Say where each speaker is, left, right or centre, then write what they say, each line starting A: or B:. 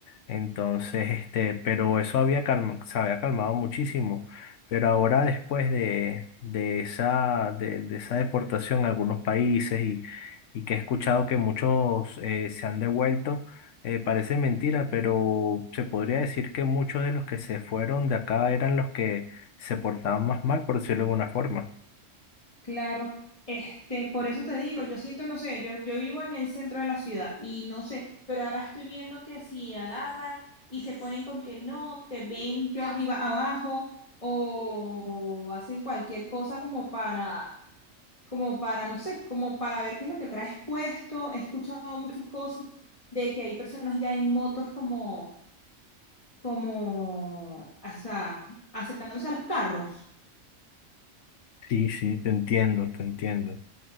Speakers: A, on the left; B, on the left.
A: Entonces, este, pero eso había calma- se había calmado muchísimo. Pero ahora después de, de esa, de, de esa deportación a algunos países y, y que he escuchado que muchos eh, se han devuelto, eh, parece mentira, pero se podría decir que muchos de los que se fueron de acá eran los que se portaban más mal, por decirlo de alguna forma.
B: Claro, este, por eso te digo, yo siento, no sé, yo, yo vivo en el centro de la ciudad y no sé, pero ahora estoy viendo que si agarran y se ponen con que no, te ven de arriba abajo o hacen cualquier cosa como para como para, no sé, como para ver qué es lo que traes puesto. He escuchado muchas cosas de que hay personas ya en motos como, como, o sea, acercándose a los carros.
A: Sí, sí, te entiendo, te entiendo.